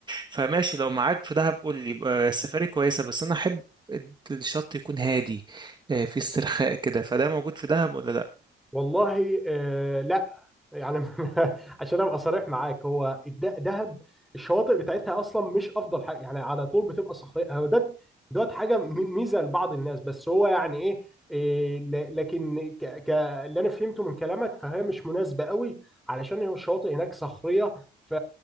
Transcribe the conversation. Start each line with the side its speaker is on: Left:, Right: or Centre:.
Right: فماشي لو معاك في دهب قول لي يبقى السفاري كويسة بس أنا أحب الشط يكون هادي آه، في استرخاء كده فده موجود في دهب ولا لأ؟
Centre: والله آه لا يعني <laughs> عشان ابقى صريح معاك هو الد- دهب الشواطئ بتاعتها اصلا مش افضل حاجه يعني على طول بتبقى صخريه هو ده دوت حاجه م- ميزه لبعض الناس بس هو يعني ايه إيه، ل- لكن ك... ك... اللي انا فهمته من كلامك فهي مش مناسبه قوي علشان هو الشواطئ هناك صخريه ف